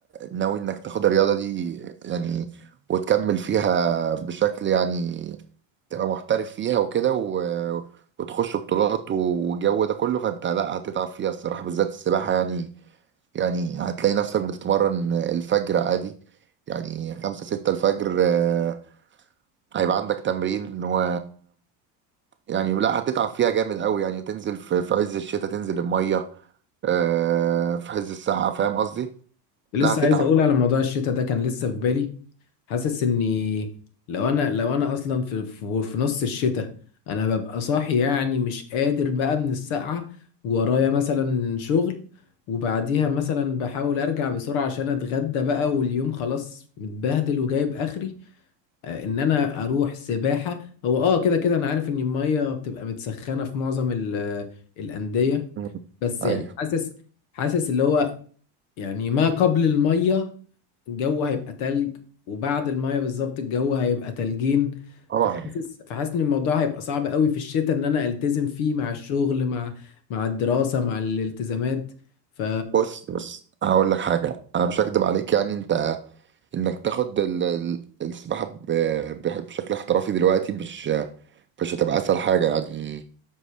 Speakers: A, on the right; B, on the left.
A: ناوي إنك تاخد الرياضة دي يعني وتكمل فيها بشكل يعني تبقى محترف فيها وكده و... وتخش بطولات والجو ده كله فانت لا هتتعب فيها الصراحة بالذات السباحة يعني يعني هتلاقي نفسك بتتمرن الفجر عادي يعني خمسة ستة الفجر آه، هيبقى عندك تمرين و يعني لا هتتعب فيها جامد قوي يعني تنزل في في عز الشتاء تنزل المية آه، في عز الساعة فاهم قصدي؟
B: لسه
A: لا هتتعب
B: عايز اقول على موضوع الشتاء ده كان لسه في بالي حاسس اني لو انا لو انا اصلا في في, في نص الشتاء انا ببقى صاحي يعني مش قادر بقى من السقعة ورايا مثلا شغل وبعديها مثلا بحاول ارجع بسرعة عشان اتغدى بقى واليوم خلاص متبهدل وجايب اخري آه، ان انا اروح سباحة هو اه كده كده انا عارف ان المية بتبقى متسخنة في معظم ال- آه، الاندية
A: مم.
B: بس
A: ايوه
B: يعني حاسس حاسس اللي هو يعني ما قبل المية الجو هيبقى تلج وبعد المايه بالظبط الجو هيبقى تلجين
A: طبعا
B: فحاسس فحاسس ان الموضوع هيبقى صعب قوي في الشتاء ان انا التزم فيه مع الشغل مع مع الدراسة مع الالتزامات ف
A: بص بص هقول لك حاجة انا مش هكدب عليك يعني انت انك تاخد ال- ال- السباحه ب- ب- بشكل احترافي دلوقتي مش مش هتبقى اسهل حاجه يعني